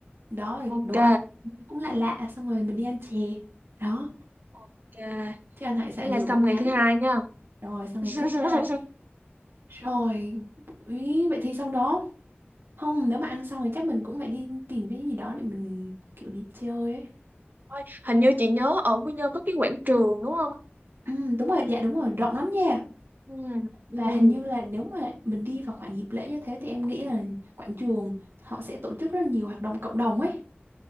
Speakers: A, on the right (about 70°); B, on the right (about 50°).
A: đó rồi
B: Ok.
A: đồ ăn cũng lạ lạ xong rồi mình đi ăn chè đó
B: Ok.
A: chứ ăn hải sản
B: Thế là
A: nhiều
B: xong
A: cũng ngán
B: ngày thứ hai nha.
A: rồi sang ngày
B: <laughs>
A: thứ hai rồi buổi vậy thì sau đó không nếu mà ăn xong thì chắc mình cũng phải đi tìm cái gì đó để mình kiểu đi chơi ấy
B: Ôi, hình như chị nhớ ở Quy Nhơn có cái quảng trường đúng không?
A: ừ, đúng rồi dạ đúng rồi rộng lắm nha
B: Ừ.
A: và
B: Ừ.
A: hình như là nếu mà mình đi vào khoảng dịp lễ như thế thì em nghĩ là quảng trường họ sẽ tổ chức rất là nhiều hoạt động cộng đồng ấy